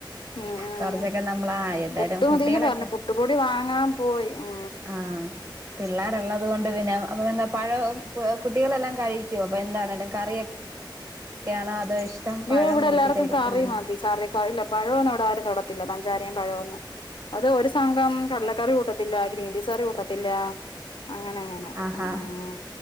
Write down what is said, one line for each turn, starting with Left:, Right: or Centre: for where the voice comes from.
Left: ഉം ഉം
Right: കൊറച്ചൊക്കെ നമ്മള് ആഹ് എന്തായാലും
Left: പുട്ടുമതിന്ന്
Right: കുട്ടികളൊക്കെ
Left: പറഞ്ഞു പുട്ടുപൊടി വാങ്ങാൻ പോയി ഉ
Right: ആഹ പിള്ളേരുള്ളത് കൊണ്ട് പിന്നെ അപ്പൊ എന്താ പഴോ? കുട്ടികളെല്ലാം കഴിക്കും അപ്പൊ എന്താണേങ്കിലും കറിയൊക്കെ ഒക്കെയാണോ അതോ ഇഷ്ടം പഴം
Left: യോ ഇവിടെ
Right: കൂട്ടി
Left: എല്ലാർക്കും
Right: കഴിക്കാനാ
Left: കറി മതി കറി. പഴ ഇല്ല പ ഴൊന്നും ഇവിടെ ആരും തൊടത്തില്ല പഞ്ചാരയും പഴവുംന്ന് അത് സംഘം കടലക്കറി കൂട്ടത്തില്ല ഗ്രീൻപീസ് കറി കൂട്ടത്തില്ല. അങ്ങനെ അങ്ങനെ
Right: ആാ ഹാ
Left: ഉം